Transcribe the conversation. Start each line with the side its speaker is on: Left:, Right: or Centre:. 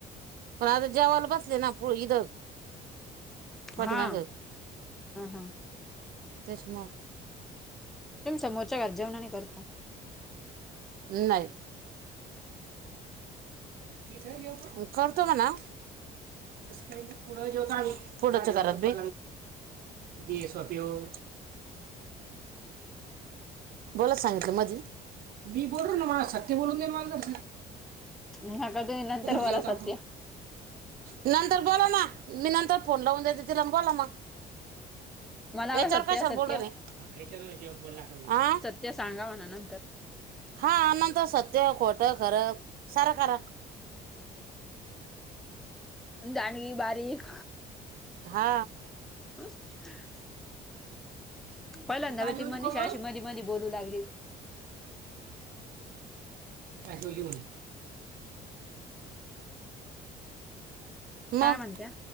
Right: पण आता जेवाला बसले पुडं इद पाठीमागं
Centre: हा हा हा
Right: त्याच्यामुळं
Centre: तुम्ही समोरच्या जेवणं नाही करत का?
Right: नाही. तिथं जेवता, करतो म्हणा तसं काय नाही पुढं जेवता आणि पुडच्या घरात बी जी शॉपी व
Centre: हा
Right: बोला सांगितलं मधी मी बोललो ना मला सत्य बोलून देईन मझ.
Centre: नका तुम्ही नंतर बोला
Right: जेवतो आपण
Centre: सत्य.
Right: नंतर बोला ना, मी नंतर फोन लावून देते तिला म बोला मग.
Centre: मला
Right: येच्यावर
Centre: हवं सत्य
Right: कशाला बोलू
Centre: सत्य
Right: राहिले, याच्यावर बोला काय होते.
Centre: ते सांगा म्हणा नंतर,
Right: हा नंतर सत्य, खोटं, खरं सारं करा.
Centre: जाणी बारीक
Right: हा
Centre: <unintelligible> पहिल्यांदा
Right: तू काय
Centre: बी
Right: जेवली
Centre: ती मनीषा
Right: कोमल
Centre: अशी मधी- मधी बोलू लागली.
Right: काय जेवली म्हण. मग
Centre: काय म्हणत्या